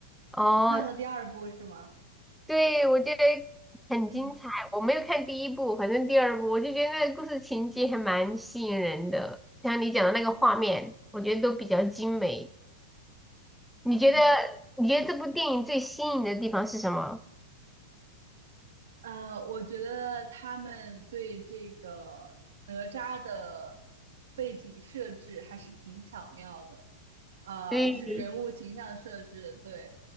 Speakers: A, in the centre; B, on the right (about 85°).
A: 哦，
B: 你看了第二部是吗？
A: 对，我觉得很精彩。
B: 嗯
A: 我没有看第一部，反正第二部我就觉得那个故事情节还蛮吸引人的，像你讲的那个画面，我觉得都比较精美。你觉得
B: 嗯。
A: 你觉得这部电影最吸引的地方是什么？
B: 呃，我觉得他们对这个哪吒的背景设置还是挺巧妙的，呃，
A: 对，
B: 就是人物形象设置，对，